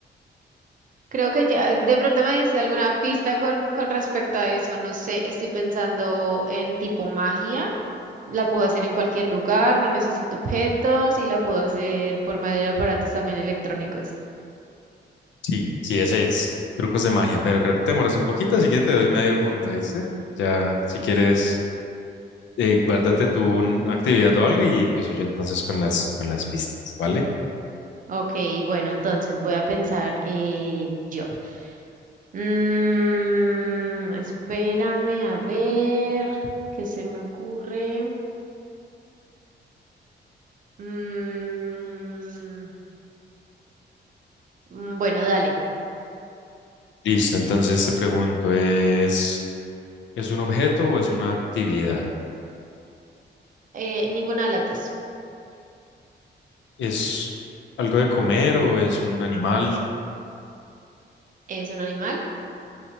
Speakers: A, on the right; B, on the left.
A: Creo que ya de pronto me diste alguna pista con, con respecto a eso, no sé, estoy pensando en tipo magia, la puedo hacer en cualquier lugar, no necesito objetos y la puedo hacer por medio de aparatos también electrónicos.
B: Sí, sí, ese es. Trucos de magia, pero creo que te demoras un poquito, así que te doy medio punto, ¿viste? Ya, si quieres, eh, guárdate tú una actividad o algo y empiezo yo entonces con las, con las pistas, ¿vale?
A: Ok, bueno, entonces voy a pensar eh, yo. Mm, espérame a ver qué se me ocurre. Mm, mm, bueno, dale.
B: Listo, entonces te pregunto, ¿es, es un objeto o es una actividad?
A: Eh, ninguna de las dos.
B: ¿Es algo de comer o es un animal?
A: ¿Es un animal?